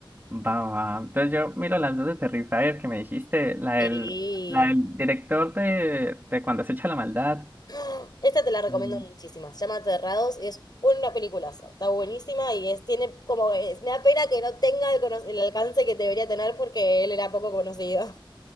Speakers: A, on the right; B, on the left.
A: Va, va. Entonces yo miro las dos de Terrifier que me dijiste, la del,
B: Sí.
A: la del director de, de Cuando se echa la maldad.
B: <gasps> Esta te la recomiendo
A: Mm,
B: muchísimo. Se llama Aterrados y es una peliculaza. Está buenísima y es, tiene como. es- me da pena que no tenga el, cono- el alcance que debería tener porque él era poco conocido.